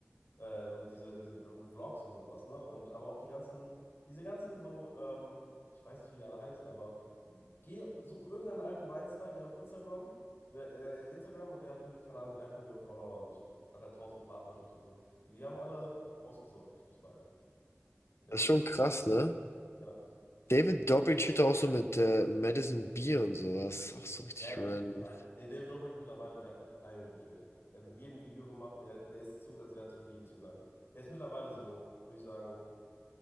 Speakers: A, on the left; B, on the left.
A: äh, und diese, die- und Vlogs und sowas, ne? Und aber auch die ganzen, diese ganzen so, ähm, ich weiß nicht, wie die alle heißen, aber geh, such irgendeinen alten Weinstar, geh auf Instagram, du, äh, Instagram und der hat irgendwie, keine Ahnung, drei, vier Millionen Follower und hat halt tausend Partnerships und so. So, die haben alle ausgesorgt, durch Wein. Mit der
B: Das
A: war
B: ist
A: so
B: schon
A: ein paar
B: krass,
A: Leute.
B: ne?
A: gekommen. Ja.
B: David Dobrik steht da auch so mit äh, Madison Beer und sowas. Auch so richtig
A: Ja, der
B: random.
A: chillt mit allen. Nee, David Dobrik mittlerweile, der hat mit allen gechillt. Der hat mit jedem Video gemacht, der, der ist zu, also der hat zu jedem Zugang. Der ist mittlerweile so, würde ich sagen.